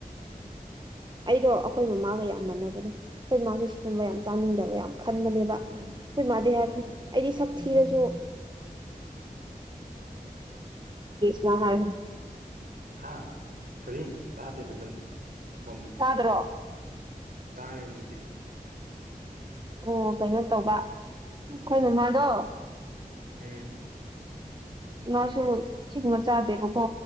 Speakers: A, on the right; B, on the right.
A: ꯑꯩꯗꯣ ꯑꯩꯈꯣꯏ ꯃꯃꯥꯒ ꯌꯥꯝ ꯃꯥꯟꯅꯕꯅꯦ ꯑꯩꯈꯣꯏ ꯏꯃꯥꯁꯨ ꯁꯤꯒꯨꯝꯕ ꯌꯥꯝ ꯆꯥꯅꯤꯡꯗꯕ ꯌꯥꯝ ꯈꯟꯕꯅꯦꯕ
B: ꯎꯝ
A: ꯑꯩꯈꯣꯏ ꯃꯥꯗꯤ ꯍꯥꯏꯕꯅꯦ
B: ꯎꯝ
A: ꯑꯩꯗꯤ ꯁꯛ ꯊꯤꯔꯁꯨ ꯄꯖꯥ
B: ꯍꯥꯥ ꯀꯔꯤ ꯇꯥꯗꯦ ꯐꯖꯅ ꯈꯣꯟꯗꯨ
A: ꯇꯥꯗ꯭ꯔꯣ
B: ꯇꯥꯔꯦ ꯍꯧꯖꯤꯛꯇꯤ
A: ꯑꯣ ꯀꯩꯅꯣ ꯇꯧꯕ ꯑꯩꯈꯣꯏ ꯃꯃꯥꯗꯣ
B: ꯎꯝ
A: ꯃꯥꯁꯨ ꯁꯤꯒꯨꯝꯕ ꯆꯥꯗꯦꯕꯀꯣ